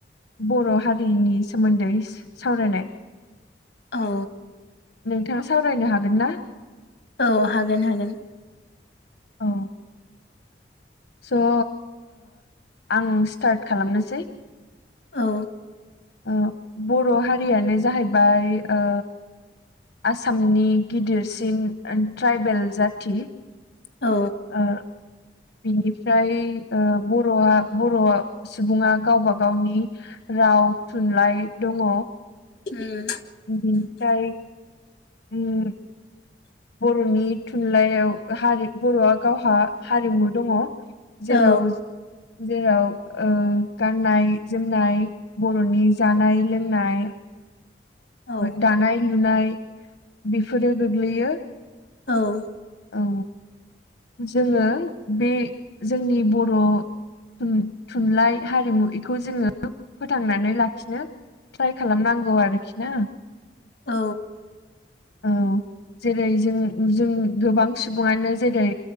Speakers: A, on the left; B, on the left.
A: बर' हारिनि सोमोन्दै सावरायनाय।
B: औ।
A: नोंथाङा सावरायनो हागोन ना?
B: औ हागोन हागोन।
A: औ। स' ओ आं स्टार्ट खालामनोसै।
B: औ।
A: ओ बर' हारियानो जाहैबाय ओ आसामनि गिदिरसिन ट्राइबेल जाथि
B: औ।
A: ओ। बिनिफ्राय ओ बर'आ बर'आ सुबुङा गावबा गावनि राव थुनलाइ दङ।
B: उम।
A: बिनिफ्राय उम। बर'नि थुनलाइयाव हारि बर'आ गावहा हारिमु दङ जेराव
B: औ
A: जेराव गाननाय जोमनाय बर'नि जानाय लोंनाय
B: औ
A: दानाय लुनाय बेफोरो गोग्लैयो।
B: औ
A: औ जोङो बे जोंनि बर' थु-थुनलाइ हारिमु एखौ जोङो फोथांनानै लाखिनो ट्राइ खालामनांगौ आरोखि ना।
B: औ
A: औ जेरै जों जों गोबां सुबुङानो जेरै